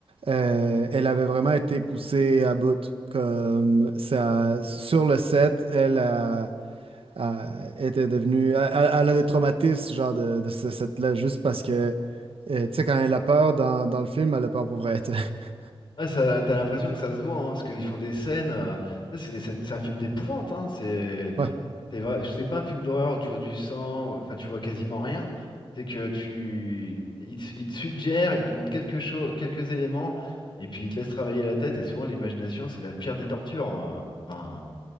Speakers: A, on the right; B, on the left.
A: euh, elle avait vraiment été poussée à bout. Comme ça, sur le set, elle a, a- était devenue. Elle, elle- elle a des traumatismes, genre, de, de ce set-là, juste parce que. euh, tu sais, quand elle a peur dans, dans le film, elle a peur pour vrai. tu sais. <laughs>
B: Ouais, ça, t'as l'impression que ça se voit, hein, parce qu'ils font des scènes. euh, ça, c'est des scènes, c'est un film d'épouvante. Hein, c'est
A: Ouais,
B: c'est vrai, c'est pas un film d'horreur où tu vois du sang, enfin, tu vois quasiment rien. C'est que tu. Il te, il te suggère, il te montre quelque chose, quelques éléments, et puis il te laisse travailler la tête, et souvent, l'imagination, c'est la pire des tortures. hein. Enfin,